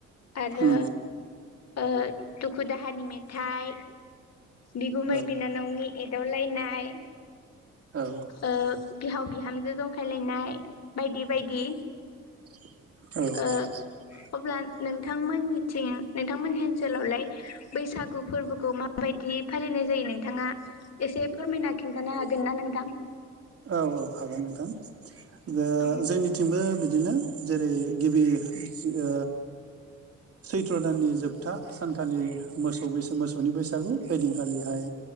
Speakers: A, on the left; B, on the right.
A: आरो
B: उम
A: ओ दुखु दाहानि मेथाइ बिगुमै
B: औ
A: बिनानावनि एदाव लायनाय
B: औ
A: ओ बिहाव बिहामजो जंखायलायनाय बायदि बायदि
B: औ
A: ओ अब्ला नोंथांमोननिथिं नोंथांमोननि ओनसोलावलाय बैसागु फोरबोखौ मा बायदि बायदि फालिनाय जायो नोंथाङा एसे फोरमायना खिन्थानो हागोन ना नोंथां
B: औ औ हागोन नोंथां जों
A: ओं
B: जोंनिथिंबो बिदिनो जेरै गिबि ओ सैथ्र' दाननि जोब था सानखालि मोसौ बैसाग मोसौनि बैसागु ओइदिन खालिहाय